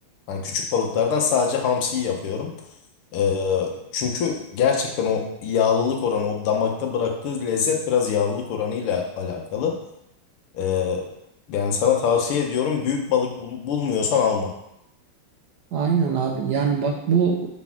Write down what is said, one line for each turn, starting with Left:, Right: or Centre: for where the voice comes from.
Left: Yani küçük balıklardan sadece hamsiyi yapıyorum. Ee, çünkü gerçekten o yağlılık oranı, o damakta bıraktığı lezzet biraz yağlılık oranıyla alakalı. Ee, yani sana tavsiye ediyorum büyük balık bul- bulmuyorsan alma.
Right: Aynen abi. Yani bak bu